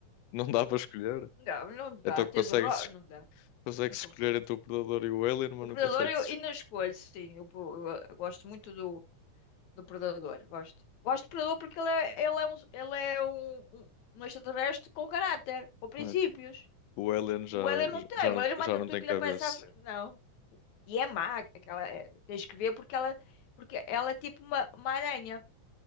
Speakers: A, on the left; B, on the left.
A: Não dá para escolher.
B: Não, não dá.
A: Então consegue-se
B: Tens o Ro... Não dá.
A: consegue
B: Não
A: escolher
B: consigo.
A: entre o Predador e o Alien, mas
B: O Predador
A: não consegue-se
B: eu ainda escolho, sim. Eu, eu- eu gosto muito do, do Predador. Gosto. Gosto do Predador porque ele é, ele é um, ele é um, um, um extraterrestre com caráter, com princípios.
A: escolher. O Alien já,
B: O Alien não tem.
A: já
B: O
A: não,
B: Alien mata
A: já não
B: tudo
A: tem
B: que
A: cabeça.
B: lhe aparece à frente. Não. E é má. Aquela, é- tens que ver porque ela, porque ela é tipo uma, uma aranha.